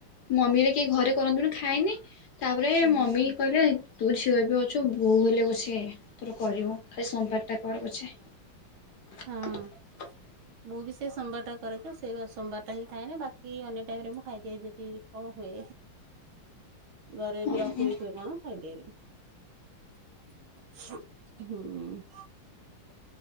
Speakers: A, on the left; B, on the right.
A: ମମି କିଏ ଘରେ କରନ୍ତୁନି ଖାଇନି ତାପରେ
B: ହୁଁ
A: ମମି କହିଲେ ତୁ ଝିଅ ଏବେ ଅଛୁ। ତୁ ବୋହୂ ହେଲେ ପଛେ ତୋର କରିବୁ ଖାଲି ସୋମବାରଟା କର ପଛେ। <unintelligible>
B: ହଁ ମୁଁ ବି ସେଇ ସୋମବାରଟା କରେ ତ ସେଇ ସୋମବାରଟା ହିଁ ଖାଏନି, ବାକି ଅନ୍ୟ ଟାଇମରେ ମୁଁ ଖାଇଦିଏ ଯଦି କଣ ହୁଏ। ଘରେ
A: ହୁଁ
B: ଯଦି ରଖି ଦେଇଥିବ କଣ। <unintelligible> ବି ହୁଁ।